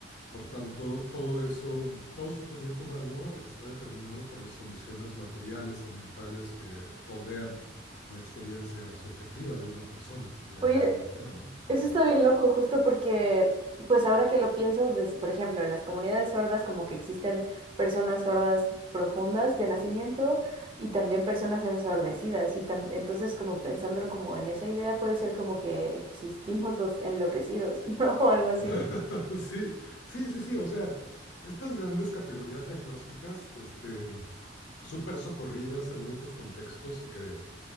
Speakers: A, on the left; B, on the right.
A: Por tanto, todo eso, todo sufrimiento humano está determinado por las condiciones materiales, ambientales que rodean la experiencia subjetiva de una persona. Y ahí
B: Oye,
A: hay un tema, ¿no? Ajá.
B: Eso está bien loco, justo porque, pues ahora que lo pienso, des- por ejemplo, en las comunidades sordas, como que existen personas sordas profundas de nacimiento y también personas ensordecidas. Y tam- entonces, como pensándolo como en esa idea, puede ser como que existimos los enloquecidos, <laughs> ¿no? O algo así.
A: <laughs> Sí, sí, sí, sí. O sea, estas grandes categorías diagnósticas, este, súper socorridas en muchos contextos y que eh,